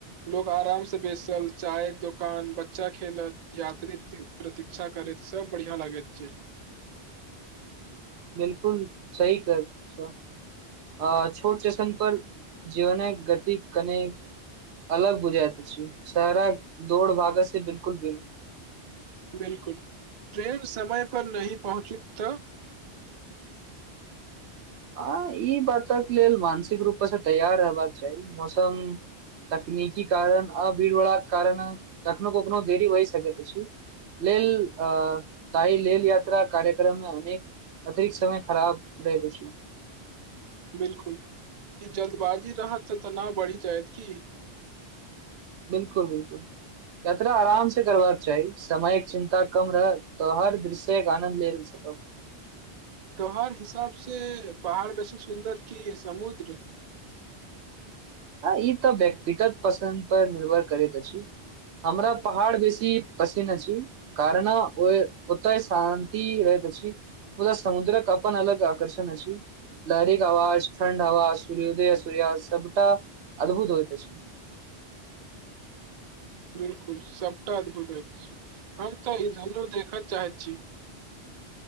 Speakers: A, on the right; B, on the right.
A: लोग आराम से बेसल चाय दोकान बच्चा खेलत यात्रित प्रतीक्षा करैत सब बढ़ििया लागैत छै।
B: बिलकुल सही कर छ अ छोट चसन पर जीवन गति कने अलग बुझाइत छी सारा दौड़ भागत से बिल्कुल ब
A: बिल्कुल ट्रेन समय पर नहीं पहुँची तऽ
B: हँ ई बातक लेल मानसिक रूप स तैयार रहबाक चाही मौसम तकनीकी कारण आ भीड़-भड़ाक कारणऽ कखनो-कखनो देरी होइ सकैत अछि। लेल अ ताई लेल यात्रा कार्यक्रम में अनेक अतिरिक्त समय खराब भेल छै।
A: बिल्कुल ई जल्दबाजी रहत तऽ तनाव बढ़ी जायत की?
B: बिल्कुल बिल्कुल। यात्रा आराम से करबाक चाही समयक चिन्ता कम रहल तऽ हर दृश्य एक आनन्द लेल सकब।
A: तोहर हिसाब से पहाड़ बेसी सुन्दर कि समुद्र।
B: आ ई तऽ व्यक्तिगत पसन्द पर निर्भर करैत अछि। हमरा पहाड़ बेसी पसिन्न अछि। कारणऽ ओय ओतय शान्ति होइत अछि। ओतऽ समुद्रक अपन अलग आकर्षण अछी। लहरी के अवाज, ठण्ड हवा, सूर्योदय आ सूर्यास सबटा अद्भुत होएत अछि।
A: बिल्कुल सबटा अद्भुत होइ छी हम तऽ ई धन्नू देखऽ चाहैत छी।